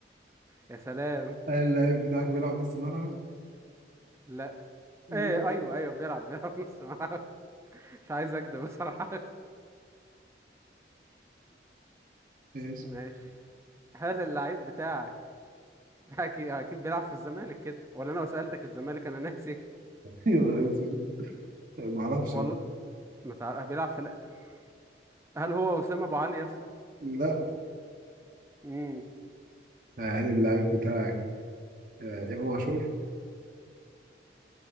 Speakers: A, on the right (about 15°); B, on the right (about 45°).
A: يا سلام
B: هل اللعيب بتاعك بيلعب نص ملعب
A: لا
B: مم.
A: ايه ايوه ايوه بيلعب بيلعب نص ملعب مش عايز اكدب بصراحة <laughs>
B: ماشي
A: ماشي هل اللعيب بتاعك <laughs> اكيد اكيد بيلعب في الزمالك كده ولا انا لو سألتك الزمالك انا ناسي
B: يلا اسود، ما اعرفش
A: والله
B: بقى
A: ما تعرف بيلعب في ال- هل هو وسام ابو علي يا اسطى
B: لا
A: امم
B: هل اللعيب بتاعك آه، امام عاشور